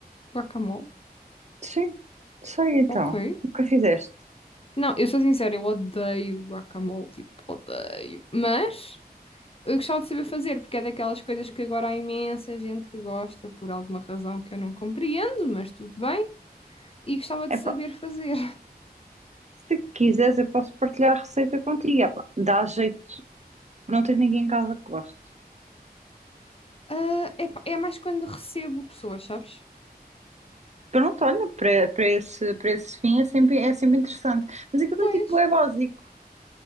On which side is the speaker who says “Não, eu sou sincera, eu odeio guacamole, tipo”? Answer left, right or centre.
Left